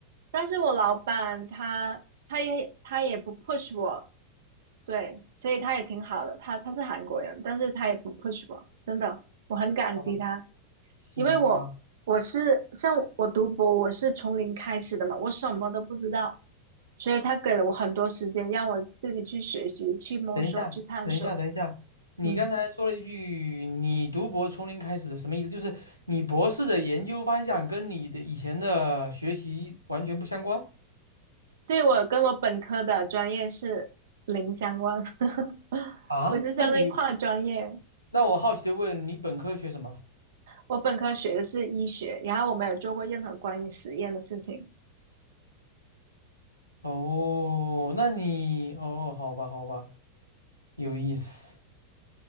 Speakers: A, on the right (about 60°); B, on the left (about 85°).
A: 但是我老板他他也他也不 push 我，对，所以他也挺好的。他他是韩国人，但是他也不 push 我，真的，我很感激他，
B: 好吧，行吧。
A: 因为我我是像我读博，我是从零开始的嘛，我什么都不知道，所以他给了我很多时间，让我自己去学习、去摸索、
B: 等一下，
A: 去探索。
B: 等一下，等一下，你刚才说了一句“你读博从零开始”的，
A: 嗯。
B: 什么意思？就是你博士的研究方向跟你的以前的学习完全不相关
A: 对，我跟我本科的专业是零相关，<laughs>
B: 啊？
A: 我就相当于跨专业。
B: 那你，那我好奇的问，你本科学什么？
A: 我本科学的是医学，然后我没有做过任何关于实验的事情。
B: 哦，那你，哦，好吧，好吧，有意思，